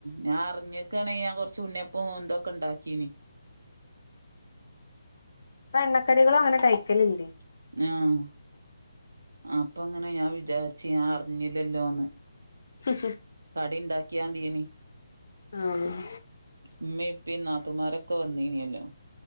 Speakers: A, on the right (about 80°); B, on the left (about 65°).
A: ഞാൻ അറിഞ് ക്കണേ കൊറച്ച് ഉണ്ണിപ്പം ഇതോക്കെ ഉണ്ടാക്കീന്.
B: എണ്ണക്കടികള് അങ്ങനെ കഴിക്കലില്ലേ.
A: ആഹ്. അപ്പൊങ്ങനെ ഞാൻ വിചാരിച് ഞാൻ അറിഞ്ഞില്ലല്ലോന്ന്.
B: ഹ് ഹ്.
A: കടി ഉണ്ടാക്കിയ മതിനി.
B: ആഹ്
A: ഉമ്മീം ഇപ്പിനാത്തുമാരൊക്കെ വന്നീനല്ലോ.